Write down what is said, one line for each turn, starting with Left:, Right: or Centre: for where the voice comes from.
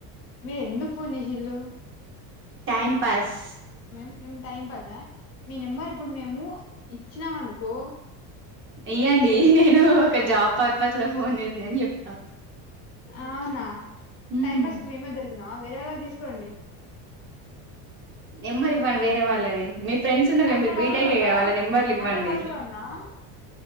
Left: మీరు ఎందుకు ఫోన్ చేసిలు
Right: టైం పాస్
Left: మేం టైం పాసా మీ నెంబర్ ఇప్పుడు మేము ఇచ్చినాం అనుకో
Right: ఇయ్యండి
Left: పోలీస్ స్టేషన్
Right: నేను ఒక జాబ్ పర్పస్ లో ఫోన్ చేసిన అని చెప్తా
Left: అవునా
Right: ఉమ్
Left: టైం పాస్కి మేమే దొరికినా వేరేలా తీసుకోండి
Right: నెంబర్ ఇవ్వండి వేరే వాళ్ళది మే ఫ్రెండ్స్ ఉన్నారు గా
Left: అంత
Right: మీరు
Left: కరువులో
Right: బీటెకే
Left: ఉన్నావా
Right: గా వాళ్ళ నెంబర్లు ఇవ్వండి
Left: అంత కరువులో ఉన్నావా